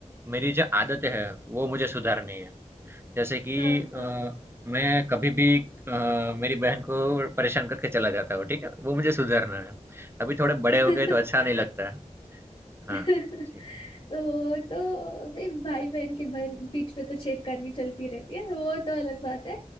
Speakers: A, on the right; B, on the left.
A: मेरी जो आदतें हैं वो मुझे सुधारनी है जैसे कि
B: हाँ
A: अ,
B: हाँ
A: मैं कभी भी अ, मेरी बहन को परेशान करके चला जाता हूँ ठीक है वो मुझे सुधारना है अभी थोड़े बड़े
B: <laughs>
A: हो गए तो अच्छा नहीं लगता है
B: <laughs>
A: हाँ जी
B: तो वो तो भाई भाई बहन के बहन बीच में तो छेड़खानी चलती रहती है वो तो अलग बात है